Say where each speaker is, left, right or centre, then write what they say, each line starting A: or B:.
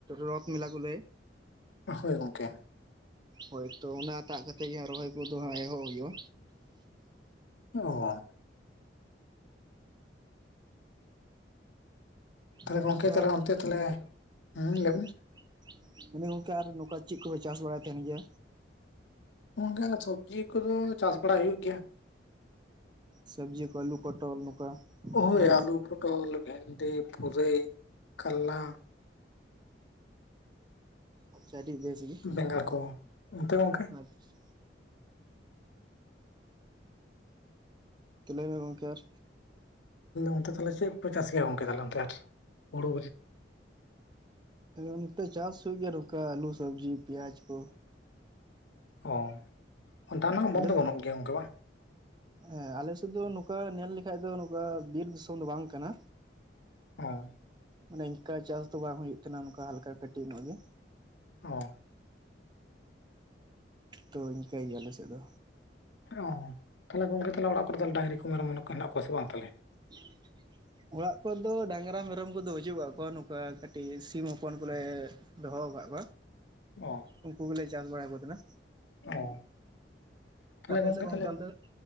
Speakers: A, on the right; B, on the left.
A: ᱨᱚᱛ ᱢᱮᱞᱟ ᱠᱚ ᱞᱟᱹᱭ
B: ᱦᱳᱭ ᱜᱚᱝᱠᱮ
A: ᱦᱳᱭᱛᱚ ᱚᱱᱟ ᱴᱟᱜ ᱠᱟᱛᱮᱜ ᱜᱮ ᱦᱟᱸᱜ ᱨᱚᱦᱚᱭ ᱠᱚᱫᱚ ᱦᱟᱸᱜ ᱮᱦᱚᱜ ᱦᱩᱭᱩᱜᱼᱟ
B: ᱚ ᱛᱟᱦᱞᱮ
A: ᱛᱚ ᱜᱚᱝᱠᱮ
B: ᱛᱟᱦᱞᱮ
A: ᱟᱨ
B: ᱚᱱᱛᱮ ᱛᱟᱦᱞᱮ ᱦᱩᱸ
A: <inaudible>
B: ᱞᱟᱹᱭ ᱵᱤᱱ
A: ᱜᱚᱝᱠᱮ ᱟᱨ ᱱᱚᱝᱠᱟ ᱪᱤᱜ ᱠᱚᱯᱮ ᱪᱟᱥ ᱵᱟᱲᱟᱭ ᱛᱟᱦᱮᱱ ᱜᱮᱭᱟ
B: ᱩᱱ ᱜᱟᱞᱟᱠ ᱥᱚᱵᱽᱡᱤ ᱠᱚᱫᱚ ᱪᱟᱥ ᱵᱟᱲᱟᱭ ᱦᱩᱭᱩᱜ ᱜᱮᱭᱟ
A: ᱥᱚᱵᱽᱡᱤ ᱠᱚ ᱟᱞᱩ ᱯᱚᱴᱚᱞ ᱱᱚᱝᱠᱟ
B: ᱳᱭ
A: ᱦᱟᱹ
B: ᱟᱹᱞᱩ ᱯᱚᱴᱚᱞ ᱵᱷᱮᱱᱰᱤ ᱯᱩᱨᱟᱹᱭ ᱠᱟᱹᱞᱞᱟ
A: ᱟᱪᱪᱷᱟ ᱟᱹᱰᱤ ᱵᱮᱥ ᱜᱮ
B: ᱵᱮᱸᱜᱟᱲ ᱠᱚ ᱚᱱᱛᱮ ᱜᱚᱝᱠᱮ
A: ᱟᱯᱷ <unintelligible> ᱛᱚ <unintelligible> ᱞᱟᱹᱭ ᱢᱮ ᱜᱚᱢᱠᱮ ᱟᱨ
B: ᱚᱱᱛᱮ ᱛᱟᱦᱞᱮ ᱪᱮᱫ ᱠᱚᱯᱮ ᱪᱟᱥ ᱜᱮᱭᱟ ᱜᱚᱝᱠᱮ ᱛᱟᱦᱞᱮ ᱟᱨ ᱦᱩᱲᱩ
A: ᱱᱚᱛᱮ ᱪᱟᱥ ᱦᱩᱭᱩᱜ ᱜᱮᱭᱟ ᱱᱚᱝᱠᱟ ᱟᱞᱩ ᱥᱚᱵᱽᱡᱤ ᱯᱮᱸᱭᱟᱡᱽ ᱠᱚ
B: ᱚ ᱫᱟᱜ ᱨᱮᱱᱟᱜ ᱚᱵᱷᱟᱵᱽ
A: ᱟᱞᱮ
B: ᱫᱚ ᱵᱟᱹᱱᱩᱜ ᱜᱮᱭᱟ ᱚᱱᱠᱟ ᱵᱟᱝ
A: ᱦᱮᱸ ᱟᱞᱮ ᱥᱮᱫ ᱫᱚ ᱱᱚᱝᱠᱟ ᱧᱮᱞ ᱞᱮᱠᱷᱟᱡ ᱫᱚ ᱱᱚᱝᱠᱟ ᱵᱤᱨ ᱫᱤᱥᱚᱢ ᱫᱚ ᱵᱟᱝ ᱠᱟᱱᱟ
B: ᱦᱸᱚ <unintelligible>
A: ᱢᱟᱱᱮ ᱤᱱᱠᱟ ᱪᱟᱥ ᱫᱚ ᱵᱟᱝ ᱦᱩᱭᱩᱜ ᱠᱟᱱᱟ ᱱᱚᱝᱠᱟ ᱦᱟᱞᱠᱟ ᱠᱟᱹᱴᱤᱡ ᱧᱚᱜ ᱜᱮ
B: ᱚ
A: ᱛᱚ ᱤᱱᱠᱟᱹ ᱜᱮᱭᱟ ᱟᱞᱮᱥᱮᱫ ᱫᱚ
B: ᱚᱻ ᱛᱟᱦᱚᱞᱮ ᱜᱚᱝᱠᱮ ᱛᱟᱦᱞᱮ ᱚᱲᱟᱜ ᱠᱚᱨᱮ ᱰᱟᱝᱨᱤ ᱠᱚ ᱢᱮᱨᱚᱢ ᱠᱚ ᱦᱮᱱᱟᱜ ᱠᱚᱣᱟ ᱥᱮ ᱵᱟᱝ ᱛᱟᱦᱚᱞᱮ
A: ᱦ <unintelligible> ᱚᱲᱟᱜ ᱠᱚ ᱫᱚ ᱰᱟᱝᱨᱟ ᱢᱮᱨᱚᱢ ᱠᱚᱫᱚ ᱵᱟᱹᱪᱩᱜ ᱟᱠᱟᱫ ᱠᱚᱣᱟ ᱱᱚᱝᱠᱟ ᱠᱟᱹᱴᱤᱡ ᱥᱤᱢ ᱦᱚᱯᱚᱱ ᱠᱚᱞᱮ ᱫᱚᱦᱚ ᱟᱠᱟᱫ ᱠᱚᱣᱟ
B: ᱚ
A: ᱩᱱᱠᱩ ᱜᱮᱞᱮ ᱪᱟᱥ ᱵᱟᱲᱟ ᱟᱠᱚ ᱛᱟᱦᱮᱱᱟ
B: ᱚ ᱛᱟᱦᱮᱞᱮ
A: ᱟᱯᱮ
B: ᱜᱚᱝᱠᱮ
A: ᱥᱮᱫ
B: ᱛᱟᱦᱞᱮ
A: ᱚᱱᱛᱮ ᱫᱚ